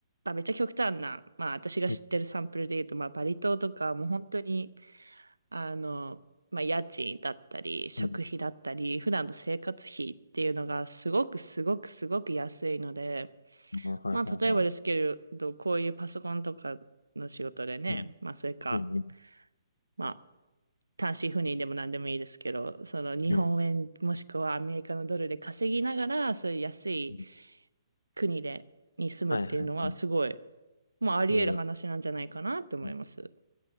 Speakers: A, on the right (about 80°); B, on the left (about 80°).
A: あ、めっちゃ極端な、まあ、私が知ってるサンプルで言うと、
B: <laughs> うん。
A: まあ、バリ島とか、もう本当に、あの、まあ、家賃だったり、食費だったり、
B: うん。
A: 普段の生活費っていうのがすごくすごくすごく安いので、
B: あ、はいはいはい。
A: まあ、例えばですけど、こういうパソコンとかの仕事でね、
B: うん。
A: まあ、それか、
B: うんうん。
A: まあ、単身赴任でも何でもいいですけど、その日本円もしくはアメリカのドルで稼ぎながら、
B: うん。
A: そういう安い
B: うん
A: 国で、に住むっていうのはすごい、
B: はいはいは
A: まあ、あり得る話なんじゃないかなって思います。
B: い。えー、